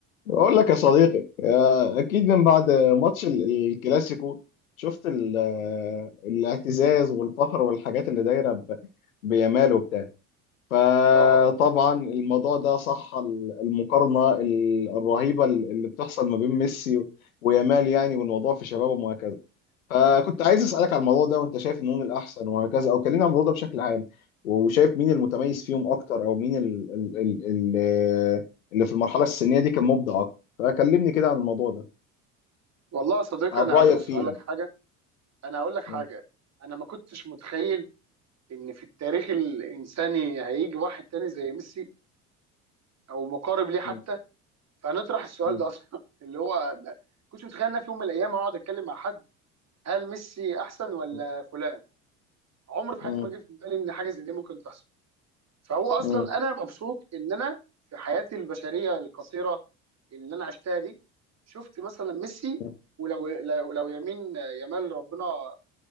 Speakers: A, on the left; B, on the right.
A: بقول لك يا صديقي آه، اكيد من بعد ماتش ال- الكلاسيكو شفت ال- آه، الاعتزاز والفخر والحاجات اللي دايره ب- بيامال وبتاع فطبعا
B: اه
A: الموضوع ده صح ال- المقارنه ال- الرهيبه اللي بتحصل ما بين ميسي ويامال يعني والموضوع في شبابه فكنت عايز اسالك على الموضوع ده وانت شايف مين الاحسن وهكذا او كلمني عن الموضوع ده بشكل عام وشايف مين المتميز فيهم اكتر او مين ال ال ال ال اللي في المرحله السنيه دي كان مبدع اكتر فكلمني كده عن الموضوع ده
B: والله يا صديقي
A: عن
B: انا
A: رايك
B: بص
A: فيه
B: هقول
A: يعني
B: لك حاجه انا هقول لك حاجه
A: م-
B: انا ما كنتش متخيل ان في التاريخ الانساني هيجي واحد تاني زي ميسي او مقارب ليه حتى
A: م-
B: فنطرح السؤال
A: م-
B: ده اصلا <laughs> اللي هو ما كنتش متخيل ان أنا في يوم من الايام هقعد اتكلم مع حد هل ميسي احسن ولا
A: م-
B: فلان عمري في
A: م-
B: حياتي ما جه في بالي ان حاجه زي دي ممكن تحصل فهو اصلا
A: م-
B: انا مبسوط ان انا في حياتي البشريه القصيره اللي انا عشتها دي شفت مثلا ميسي
A: م-
B: ولو لو لو يمين يمال ربنا